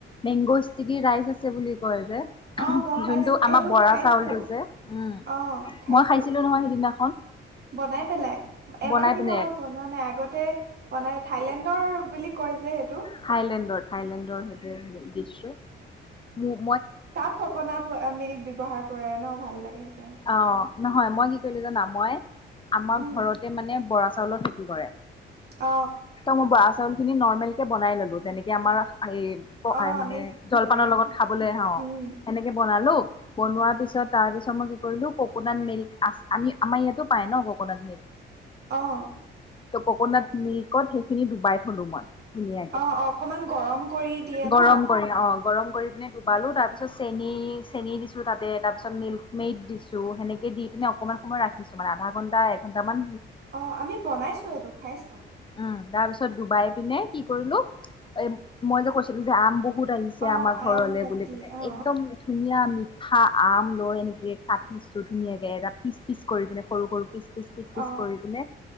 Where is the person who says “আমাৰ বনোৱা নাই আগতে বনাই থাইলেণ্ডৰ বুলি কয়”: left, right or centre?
Right